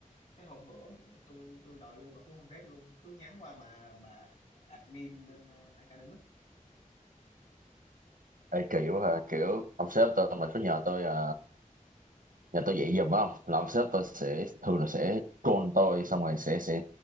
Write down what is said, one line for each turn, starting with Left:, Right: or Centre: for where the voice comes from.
Left: Cái hôm bữa tôi tôi đòi lương bả cũng không rep luôn, cứ nhắn qua bà bà admin bên, ơ, Academic.
Right: Ê, kỳ quá ha, kiểu ông sếp tôi mà cứ nhờ tôi à, giờ tôi dạy giùm phải không là ông sếp tôi sẽ thường là sẽ call tôi xong rồi sẽ sẽ